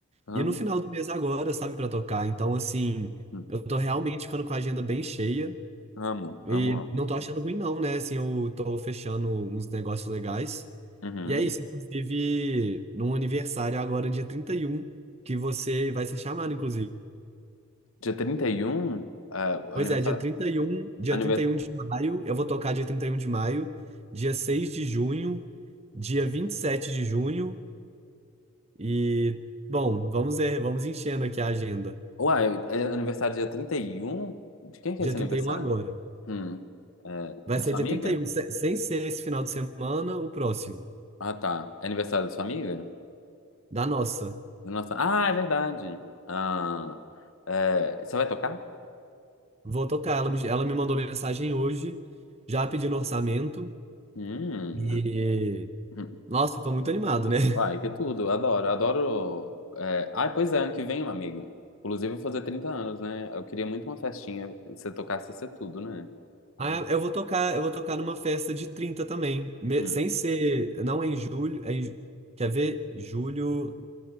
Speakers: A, on the left; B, on the right.
A: Amo.
B: e no final do mês agora, sabe, pra tocar. Então, assim,
A: Hum.
B: eu tô realmente ficando com a agenda bem cheia.
A: Amo,
B: E
A: amo, amo.
B: não tô achando ruim, não, né? Assim, eu tô fechando uns negócios legais.
A: Uhum.
B: E é isso, inclusive, num aniversário agora, dia 31 que você vai ser chamado, inclusive.
A: Dia trinta e um É, aniversário.
B: Pois é, dia trinta e um dia
A: Anivers...
B: trinta e um de maio, eu vou tocar dia 31 de maio, dia 6 de junho, dia 27 de junho e, bom, vamos ver, vamos enchendo aqui a agenda.
A: Uai, é aniversário dia trinta e um De quem que
B: Dia
A: é esse
B: 31
A: aniversário?
B: agora.
A: Hum. É,
B: Vai
A: da
B: ser
A: sua
B: dia
A: amiga?
B: 31, se- sem ser esse final de semana, o próximo,
A: Ah, tá. É aniversário da sua amiga?
B: da nossa.
A: Do nosso... Ah, é verdade. Ah, é, Você vai tocar?
B: Vou tocar. Ela me, ela me mandou mensagem hoje, já pedindo orçamento.
A: Hum.
B: E.
A: hum.
B: Nossa, eu tô muito animado, né? <laughs>
A: Ai, que tudo. Adoro, adoro. É... Ai, pois é, ano que vem, meu amigo. Inclusive, eu vou fazer 30 anos, né? Eu queria muito uma festinha, se eu tocasse ser tudo, né? Ai.
B: Ah, eu vou tocar, eu vou tocar numa festa de 30 também. Me-
A: hum.
B: sem ser. Não é em julho. é em- ju- quer ver? Julho.